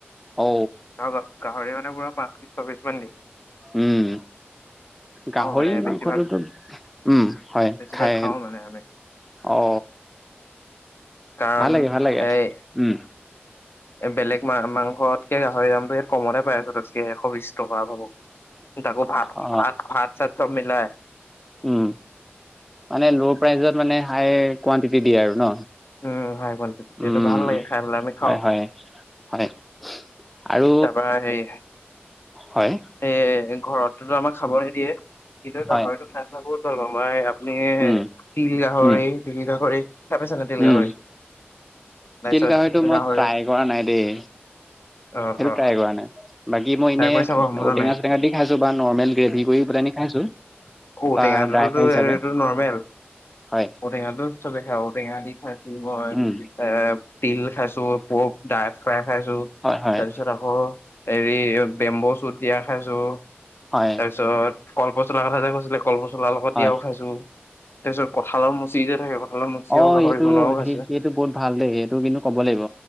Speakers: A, in the centre; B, on the left.
A: ঔ
B: গ গাহৰি ভাত। বুঢ়া পাঁশ চবিছ মান দি।
A: উম গাহৰি
B: মানে
A: মাংসটোতো।
B: বেছিভাগ
A: উম হয়
B: বেছিভাগ
A: খাই
B: খাওঁ মানে আমি
A: অ।
B: কাৰণ
A: ভাল লাগে ভাল লাগে
B: এই
A: উম।
B: এ বেলেগ মা মাংসতকে গাহৰি দামটো ই কমতে পাই আছো ততকে এশ বিশ টকা পাব। তাকো ভাত
A: অ
B: ভাত ভাত চাত চব মিলাই।
A: উম মানে ল' প্ৰাইজত মানে হাই কুৱানটিটি দিয়ে আৰু ন।
B: উম ভাই বয়া
A: উম
B: এইটো ভাল লাগে খাইলে আমি খাওঁ।
A: হয় হয় হয় আৰু
B: তাৰপা সেই
A: হয়
B: সেই ঘৰত। আমাক খাব নিদিয়ে কিন্তু
A: হয়
B: গাহৰিতো খান খা বহুত ভাল প মই। মে
A: উম
B: তিল গাহৰি
A: উম
B: তিল গাহৰি চাই পাইছানে তিল
A: উম
B: গাহৰি। তাৰপিছত
A: তিল গাহৰিটো মই
B: গাহৰি
A: ট্ৰাই কৰা নাই দেই সেইটো
B: অ', অ',
A: ট্ৰাই কৰা নাই <unintelligible> বাকী মই
B: ট্ৰাই
A: এনেই
B: কৰি চাব মজা
A: ঔটেঙা
B: লাগে।
A: চটেঙা দি খাইছো বা নৰ্মেল গ্ৰেভি কৰি পেলাইনি খাইছো <unintelligible>
B: ঔটেঙাটো
A: ড্ৰাইভাৰ হিচাপে
B: এইটো নৰৰ্মেল
A: হয়
B: ঔটেঙা চবে খা ঔটেঙা দি খাই মই
A: উম
B: এ তিল খাইছো পক ডাই ফ্ৰাই খাইছো
A: হয় হয়
B: তাৰ পিছত আকৌ হেৰি বেম্ব চুত দিয়া খাইছো
A: হয়
B: তাৰপিছত কল্প চলাৰ কথা যে কৈছিলে ক কল পচলাৰ লগত
A: হয়
B: দিয়ও খাইছো তাৰ পিছত পঠালত মচি যে থাকে <unintelligible>
A: অঁ
B: আৰু গাহৰি
A: এইটো
B: বনোৱাও খাইছিলে
A: স সেটো বহুত ভাল দেই এইটো কিন্তু ক'ব লাগিব